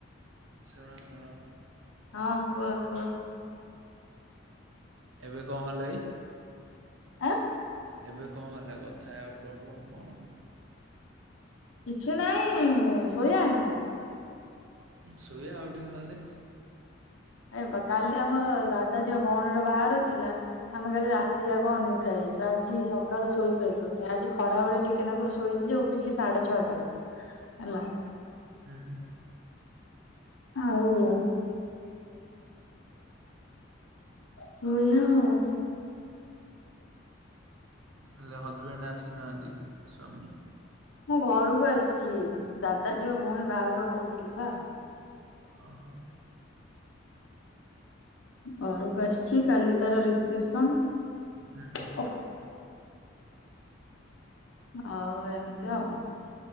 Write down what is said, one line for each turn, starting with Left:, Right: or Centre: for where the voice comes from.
Right: ଶୁଣ ଶୁଣ।
Left: ହଁ କୁହ କୁହ।
Right: ଏବେ କଣ ହେଲା କି?
Left: ଆଁ
Right: ଏବେ କଣ ହେଲା କଥା ହେବାକୁ ପ୍ରୋବ୍ଲେମ୍ କଣ?
Left: କିଛି ନାଇଁ ଶୋଇବା ନା।
Right: ଶୋଇବା ଆଉ ଟିକେ ଗଲେ।
Left: ଏ କାଲି ଆମର ଦାଦା ଝିଅ ଭଉଣୀର ବାହାଘର ଥିଲା। ଆମେ କାଲି ରାତି ଯାକ ଅନିଦ୍ରା ହେଇଛୁ ଆଜି ସକାଳୁ ଶୋଇପାରିଲୁନି ଆଜି ଖରା ବେଳେ ଟିକେନାକରୁ ଶୋଇଛି ଯେ ଉ ଠିଲି ସାଢେ ଛଅଟାରେ ହେଲା।
Right: ହୁଁ ହୁଁ।
Left: ଆଉ ସୋଇଆ ଆଉ।
Right: ହେଲେ ହଜବେଣ୍ଡ ଆସିନାହାନ୍ତି ସ୍ଵାମୀ?
Left: ମୁଁ ଘରକୁ ଆସିଛି ଦାଦା ଝିଅ ଭଉଣୀ ବାହାଘର କହୁଥିଲି ପା।
Right: ଓହୋ।
Left: ଘରକୁ ଆସିଛି କାଲି ତାର ରିସେପସନ
Right: ହୁଁ ହୁଁ
Left: ଓହ ଆଉ ଏମିତି ଆ।